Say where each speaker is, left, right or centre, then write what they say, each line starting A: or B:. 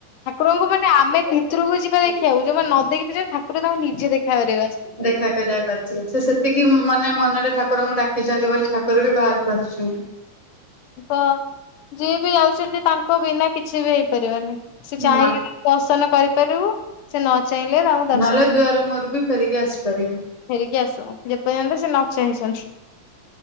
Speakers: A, on the left (about 85°); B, on the left (about 20°).
A: ଠାକୁରଙ୍କୁ ମାନେ ଆମେ ଦି ଠକୁରକୁ ଯିବା ଦେଖିବାକୁ ଯଉମାନେ ନ ଦେଖି ପାରୁଛନ୍ତି ଠାକୁର ତାଙ୍କୁ ନିଜେ ଦେଖାକରିବାକୁ ଆସୁଛନ୍ତି।
B: ଦେଖା କରିବାକୁ ଅଶିଥିବେ ସେ ସେତିକି ମାନେ ମନରେ ଠାକୁରଙ୍କୁ ଡାକିଛନ୍ତି ବୋଲି ଠାକୁର ବି ବାହାରକୁ ଆସୁଛନ୍ତି।
A: ତ ଯିଏ ବି ଯାଉଛନ୍ତି ତାଙ୍କ ବିନା କିଛି ବି ହେଇପାରିବନି ସେ ଚାହିଁଲେ
B: ନା
A: ଦର୍ସନ କରିପାରିବୁ ସେ ନ ଚାହିଁଲେ ଦର୍ଶନ
B: ନହେଲେ ଦୁଆର ମୁହଁରୁ ବି ଫେରିକି ଆସିପାରିବୁ।
A: ଫେରିକି ଆସ ଯେପର୍ଯ୍ୟାନ୍ତ ସେ ନ ଚାହିଁଛନ୍ତି।